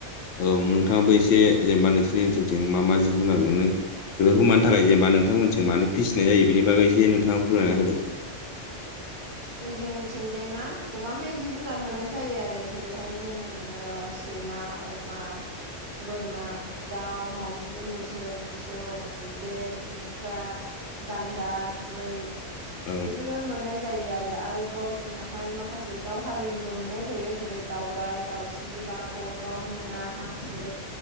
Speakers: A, on the left (about 85°); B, on the right (about 45°).
A: औ नोंथाङाबो एसे जेनेबा नोंसिनि ओनसोलथिं मा मा जिब जुनार मोनो बेफोरखौ मानि थाखाय जेनेबा नोंथांमोनसिखौ मानो फिसिनाय जायो बेनि बागै एसे नोंथाङा फोरमायना होदो
B: <inaudible> जोंनि थिंजायमा गोबांहाय जिब जुनार मोननाय जायो आरो जेरैहाय जोंनो मोनो ओ सैमा अमा बोरमा दाउ मावजि मैसो मोसौ मैदेर मोख्रा गान्दा मै
A: औ
B: फोरो मोननाय जायो आरो आरोबाव जोंनाहाय माखासे दाावहारिनिबो मोननाय जायो जेरै दाावराइ दाउस्रि सि बाथ' दाउ मैना हांसो